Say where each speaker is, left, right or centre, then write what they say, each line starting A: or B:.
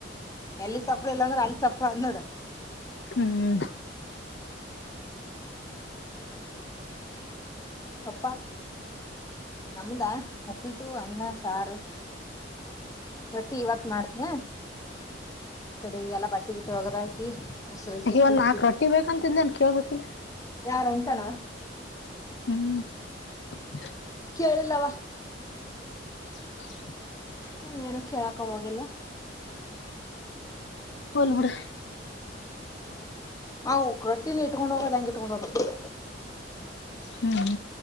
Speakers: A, on the left (about 20°); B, on the left (about 70°).
A: ಎಲ್ಲಿ ಸಪ್ಪಳ ಇಲ್ಲಾ ಅಂದ್ರೆ ಅಲ್ಲಿ ಸಪ್ಪಳ ಅದ್ ನೋಡ
B: ಹುಂ
A: ಪಪ್ಪಾ ನಮ್ದಾ ಉಪ್ಪಿಟ್ಟು ಅನ್ನ ಸಾರು. ರೊಟ್ಟಿ ಇವತ್ ಮಾಡ್ತನ ಅದ ಈ ಎಲ್ಲಾ ಬಟ್ಟಿ ಗಿಟ್ಟಿ ಒಗದಾಕಿ ಮೊಸರು ಗಿಸರು
B: ಇವ
A: ತಿಕ್ಕಿ
B: ನಾಕ್ ರೊಟ್ಟಿ ಬೇಕಂತಿಂದೇನ್ ಕೇಳ್ ಬೇಕಿಲ್ಲ
A: ಯಾರ ಅನಿತಾ ನಾ
B: ಹುಂ <inaudible>
A: ಕೇಳಿಲ್ಲವಾ
B: <inaudible>
A: ನಾ ಏನು ಕೇಳಾಕ ಹೋಗಾಗಿಲ್ಲಾ
B: ಹೋಲ್ ಬಿಡು
A: ಅವು ಕಟ್ಟಿನ ಇಟ್ಕೊಂಡ ಹೋಗೋದ ಹೆಂಗ ಇಟ್ಕೊಂಡ್ ಹೋಗೋದ
B: ಹುಂ ಹುಂ